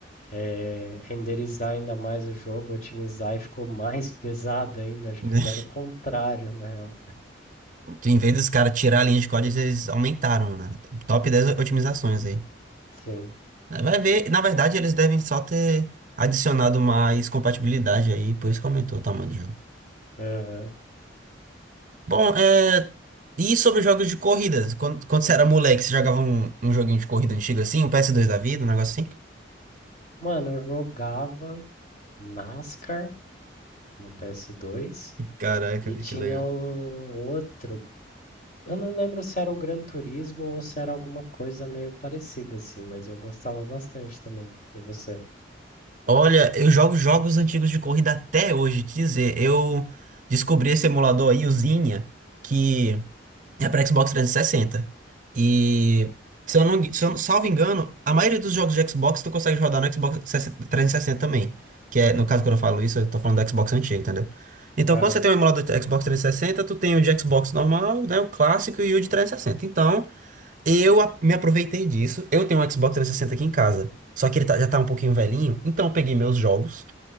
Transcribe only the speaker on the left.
eh, renderizar ainda mais o jogo, otimizar, e ficou <laughs> mais pesado ainda. Acho
que fizeram o contrário, né?
Sim.
Aham.
Mano, eu jogava NASCAR no PS2
e
tinha
um outro. Eu não lembro se era o Gran Turismo ou se era alguma coisa meio parecida assim, mas eu gostava bastante também. E você?
Aham.